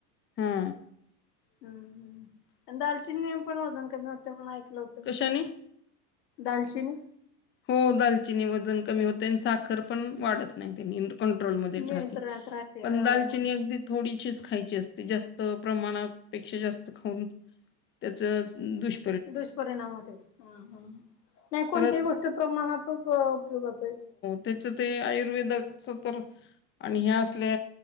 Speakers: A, on the left; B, on the left.
A: हा.
B: हम्म हम्म आणि दालचिनी पण वजन कमी होते म्हणून ऐकलं होतं
A: कशाने?
B: मी. दालचिनी
A: हो दालचिनी वजन कमी होते आणि साखर पण वाढत नाही त्यांनी कंट्रोलमध्ये
B: नियंत्रणात
A: राहती
B: राहते
A: पण
B: ह
A: दालचिनी
B: ह
A: अगदी थोडीशीच खायची असते जास्त प्रमाणापेक्षा जास्त खाऊन त्याचास दुष्
B: दुष्परिणामात येतो हा हा नाही कोणत्याही
A: परत
B: गोष्टी प्रमाणातच उपयोगाच आहे.
A: त्याच्या ते आयुर्वेदकच तर आणि हे असले